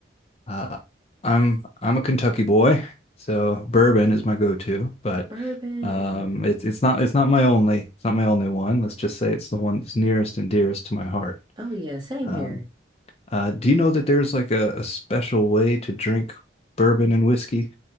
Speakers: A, on the left; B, on the right.
A: uh, I'm I'm a Kentucky boy, so bourbon is my go-to, but
B: Bourbon.
A: um, it's it's not it's not my only it's not my only one. Let's just say it's the one that's nearest and dearest to my heart.
B: Oh yeah, same
A: Um,
B: here.
A: uh, do you know that there's like a, a special way to drink bourbon and whiskey?